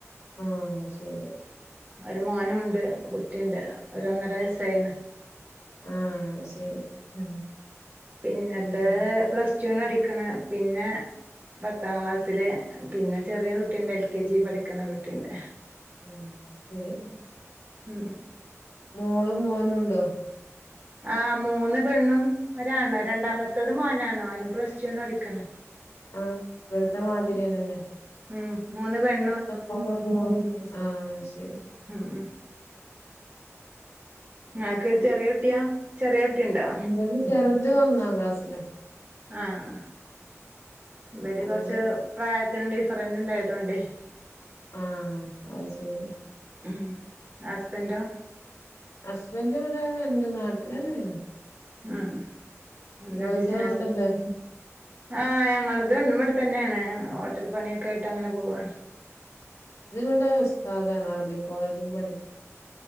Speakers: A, on the left; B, on the right.
A: ആഹ് ശരി
B: ഒരു മോനുണ്ട് കുട്ടിണ്ട്. ഒരു ഒന്നര വയസ്സായിണ്.
A: ആഹ്. അഹ് ശരി ഉം.
B: പിന്നത്തെ
A: പിന്നെ
B: പ്ലസ് ടു ന് പഠിക്ണ് പിന്നെ പത്താം ക്ലാസ്സില്. പിന്നെ ചെറിയ ഒര് കുട്ടിണ്ട് എൽ കെ ജി പഠിക്ക്‌ണൊരുട്ടിണ്ട്.
A: ഉം ശരി.
B: ഉം
A: മോളും മോനും ണ്ടോ?
B: ആഹ് മൂന്ന് പെണ്ണും ഒരാണാ. രണ്ടാമത്തത് മോനാണ്. ഓന് പ്ലസ് ടു ന് പഠിക്ണ്.
A: ആഹ് ഇവട്ത്തെ മാതിര്യെന്നെ ലേ.
B: ഉം മൂന്ന് പെൺ
A: <unintelligible> ആഹ് ശെരി
B: ഉം ഉം ഇങ്ങക്ക് ചെറിയ കുട്ടിയാ? ചെറിയ കുട്ടിണ്ടോ?
A: ഇന്റത് ചെറുത് ഒന്നാ ക്ലാസ്സിലാ.
B: ആഹ് ഇവല്
A: ഓള്
B: കൊറച്ച് പ്രായത്തിന് ഡിഫറന്റ് ഉണ്ടായതോണ്ടേ.
A: ആഹ് അത് ശെരി.
B: ഉം ഹസ്ബന്റോ
A: അസ്‌ബെൻ്റ് വടെ ഇണ്ട് നാട്ടിലെന്നേണ്.
B: ഉം എന്താ
A: ഇങ്ങൾതോ,
B: ബിസിനസോ
A: ഇവടെല്ലേ?
B: ആഹ് ഞങ്ങൾത് ഇവടെ തന്നേണ്. ഹോട്ടൽ പണിയൊക്കെ ആയിട്ടങ്ങനെ പോവാണ്.
A: ഇത്‌വടെ ഉസ്താദാണ് അറബിക് കോളേജിൽ പഠി